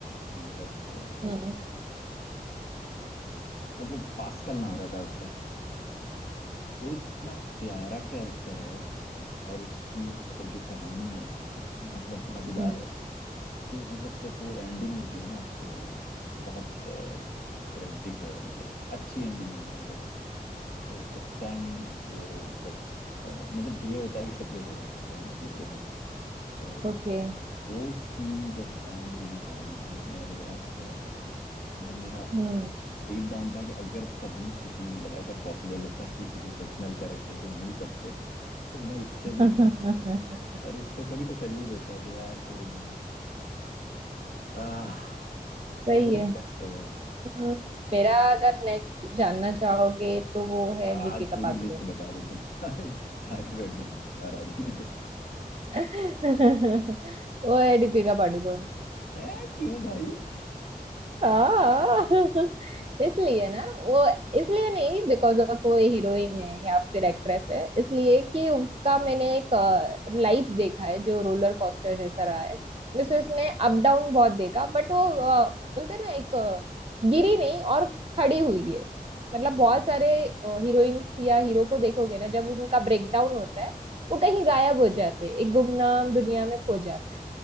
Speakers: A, on the left; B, on the right.
A: जो मतलब अ,
B: हम्म
A: मतलब पास्कल नाम रहता है उसका वो इतना प्यारा कैरेक्टर है और उसकी मतलब जो कहानी है इतनी मतलब मजेदार
B: हम्म
A: है कि मतलब जब वो एंडिंग होती है ना तो बहुत ट्रेजिक है मतलब अच्छी एंडिंग नहीं है बट तो उस टाइम वो जब अ, मतलब ये होता है कि सेपरेट हो जाते हैं दोनों एक दूसरे से तो
B: ओके
A: वो सीन जब एंड हुई ना कहानी भाई मैं रोया था थोड़ा सा मतलब मेरा
B: हम्म
A: डीप डाउन था कि अगर कभी किसी मतलब ऐसा पॉसिबल होता कि किसी फिक्शनल कैरेक्टर से मिल सकते तो मैं इससे
B: <laughs>
A: मिलता यार और इसको थोड़ी तसल्ली देता है कि यार कोई नहीं आह
B: सही
A: फेवरेट
B: है
A: कैरेक्टर है
B: हम्म, मेरा अगर नेक्स्ट जानना चाहोगे तो वो
A: हाँ
B: है दीपिका
A: आज पूरी
B: पादुकोण
A: लिस्ट बता दो तुम <laughs> सारी सारी फैंटेसी बाहर आ जाने दो
B: <laughs> वो है दीपिका पादुकोण
A: है क्यों भाई
B: हाँ <laughs> इसलिए ना वो इसलिए नहीं बिकॉज ऑफ वो हीरोइन है या फिर
A: हाँ
B: एक्ट्रेस है इसलिए कि उसका मैंने एक लाइफ देखा है जो रोलर कोस्टर जैसा रहा है मिस
A: अच्छा
B: उसने अप डाउन बहुत देखा बट वो अ, बोलते हैं ना एक अ, गिरी नहीं और खड़ी हुई है मतलब बहुत
A: हाँ
B: सारे हीरोइंस या हीरो को देखोगे ना जब उनका ब्रेकडाउन होता है वो कहीं गायब हो जाते हैं एक गुमनाम दुनिया में खो जाते हैं